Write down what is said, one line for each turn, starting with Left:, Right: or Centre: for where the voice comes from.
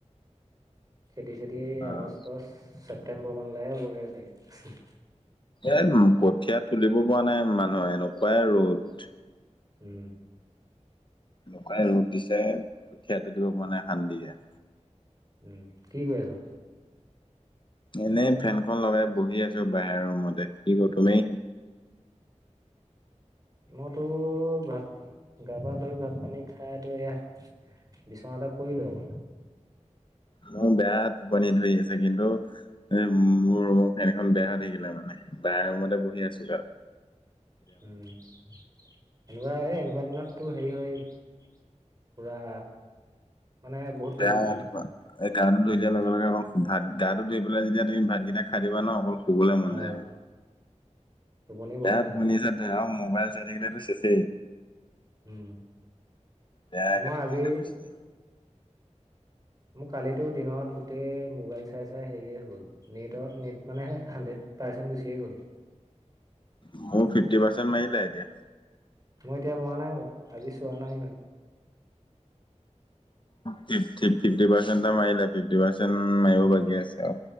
Right: খেতি চেতি আগষ্টৰ
Left: অ
Right: ছেপ্তেম্বৰ মানলৈহে হ'বগৈ চাগে।
Left: এ কঠীয়া তুলিব পৰা নাই মানুহ এনেকুৱাই ৰ'দ।
Right: উম
Left: লকাই ৰূপ দিছে, কঠীয়া তুলিব পৰা নাই শান্তিকে।
Right: উম, কি কৰি আছ?
Left: এনেই ফেনখন লগাই বহি আছো বাহিৰৰ ৰুমতে, কি কৰ তুমি?
Right: মইতো ভাত, গা-পা ধুই ভাত-পানী খাই এতিয়া এয়া বিছনাতে পৰিলো অকন।
Left: মোৰ বেয়া টুপনি ধৰি আছে। কিন্তু এ, মোৰ ৰুমৰ ফেন এখন বেয়া হৈ থাকিলে মানে, বাই ৰুমতে বহি আছোঁগে আৰু।
Right: উম। এনেকুৱা এ, এনেকুৱা দিনতো হেৰি হয়, পুৰা মানে বহুত টোপনি
Left: বেয়া
Right: ধৰে
Left: হোৱা এই গাতো ধুই
Right: উম
Left: দিয়া লগে-লগে অ ভাত, গাটো ধুই পেলাই যেতিয়া তুমি ভাতকেইটা খাই দিবা ন, অকল শুবলৈ মন
Right: অ
Left: যায়,
Right: টোপনি
Left: বেয়া
Right: বহুত ধৰে
Left: টোপনি <unintelligible> আৰু মোবাইল চাই থাকিলেতো শেষেই।
Right: উম,
Left: বেয়াকে
Right: মই
Left: টোপনি
Right: আজি
Left: ধৰিছে।
Right: মোৰ কালিতো দিনত গোটেই মোবাইল চাই-চাই হেৰিয়ে হৈ গ'ল! নেটৰ নেট মানে হাণ্ড্ৰেড পাৰ্চেণ্ট গুচিয়ে গ'ল।
Left: মোৰ ফিফ্টি পাৰ্চেণ্ট মাৰিলে এতিয়া।
Right: মোৰ এতিয়া মৰা নাই বাৰু! আজি চোৱা নাই ইমান।
Left: ফিফটি ফিফটি পাৰ্চেন্ট এটা মাৰিলে ফিফটি পাৰ্চেন্ট মাৰিব
Right: উম
Left: বাকী আছে আৰু।